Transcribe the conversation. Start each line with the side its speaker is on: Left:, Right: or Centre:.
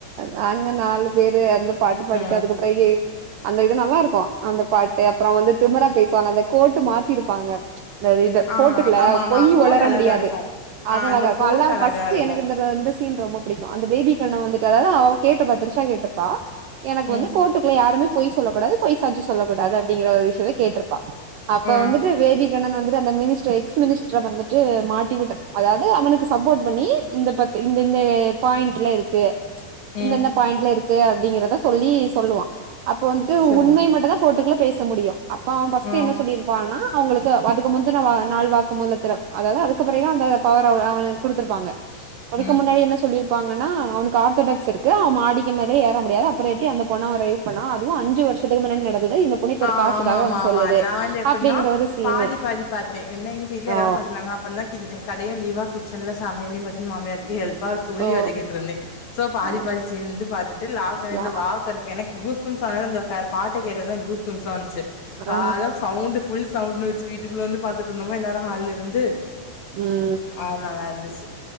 Right: நாங்க நாலு பேரு அந்த பாட்டு பாடிட்டு
Left: ஆ
Right: அதுக்கப் ப்பைரையை அ அந்த இது நல்லா இருக்கு அந்த பாட்டு அப்றோ வந்து திமரா பேசுவாங்க அந்த கோட்டு மாத்திருப்பாங்க இந்த இத
Left: ஆ
Right: கோட்டுக்குள்ள
Left: ஆமா ஆமா
Right: பொய்
Left: கோட்
Right: ஒளர
Left: அழகா
Right: முடியாது
Left: இருக்கு
Right: அது
Left: ஆ
Right: அழகா
Left: அந்த
Right: இருக்கு
Left: கோட்
Right: அல்லாம
Left: அழகா
Right: ஃபர்ஸ்ட்
Left: இருக்கு
Right: எனக்கு இந்த இந்த சீன் ரொம்ப பிடிக்கு அந்த பேபி கண்ணு வந்துட்டு அதாவுது அவ கேட்ருப்பா திரிஷா கேட்ருப்பா எனக்கு
Left: ம்
Right: வந்து கோட் டடுகுள்ள யாருமே பொய் சொல்ல கூடாது பொய் சாச்சி சொல்லகூடாது அப்டிங்கிற ஒரு விஷியத்த கேட்ருப்பா அப்ப
Left: ஆ
Right: வந்துட்டு பேபி கெனன் வந்துட்டு அந்த மினிஸ்டர் எக்ஸ் மினிஸ்டர் வந்துட்டு மாட்டிவிட அதாவுது அவனுக்கு சப்போர்ட் பண்ணி இந்த பத்து இந்த பாயிண்ட்ல இருக்கு
Left: ம்
Right: இந்த பாயிண்ட்ல இருக்கு அப்டிங்கிறத சொல்லி சொல்லுவா அப்ப வந்துட்டு
Left: சரி
Right: உண்மை மட்டுதா கோர்ட்டுக்குள்ள பேச முடியு அப்ப அவன் ஃபர்ஸ்ட்
Left: ஆ
Right: என்ன சொல்லி ருப்பானா அவுங்களுக்கு அதுக்கு முந்தின வா நாள் வாக்கு மூலத்திர அதாவுது அதுக்கு அதுக்குபிறகுதா அந்த பவர அவனுக் குடுத்தருப்பாங்க அதுக்கு
Left: ம்
Right: முன்னாடி என்ன சொல்லிருப்பாங்கன்னா அவனுக்கு ஆர்த்தடாக்ஸ் இருக் கு அவ மாடிக்கு மேலே ஏற முடியாது அப்றோ எப்டி அந்த பொண்ண ரைவ் பண்ணா அதுவு அஞ்சு வருஷத்துக்கு மின்னாடி நடந்தது இந்த பொண்ணு இப்ப
Left: ஆ
Right: ஒரு காசுக்காக
Left: ஆமா ஆமா
Right: வந்து
Left: ஆமா
Right: சொல்லுது
Left: அது நா வந்து எப்டின்னா
Right: அப்டிங்கிற ஒரு சீனு
Left: பாதி பாதி பாத்த என்ன எங்க வீட்ல எல்லாரு
Right: ஆ
Left: பாத்துட்டு இருந்தாங்க அப் பன்னா கடையு லீவா கிச்சன்ல சமையலு பாத் மாமியருக்கு ஹெல்ப் பாக்கு உள்ளி
Right: ஓ
Left: வதக்கிட்ருந்தே சோ பாதி
Right: ஆ
Left: பாதி சீனு வந்து பாத்துட்டு லாஸ்ட்டு எனைக்
Right: யா
Left: வந்து வா கருப் எனக்கு கூஸ்பம்ஸ் ஆனது அந்த த பாட்ட கேட்டு வந்துதா கூஸ்பம்ஸ் ஆன்ச்சு
Right: ஆ
Left: வா அதோ சவுண்ட்டு ஃப் ஃபுல் சவுண்ட் வெச்சு வீட்டுக்குள்ள வந்து பாத்துட்ருந்தோமா எல்லாரும் ஹால்ல இருந்து
Right: ம்
Left: ஆ நல்லா இருந்துச்சு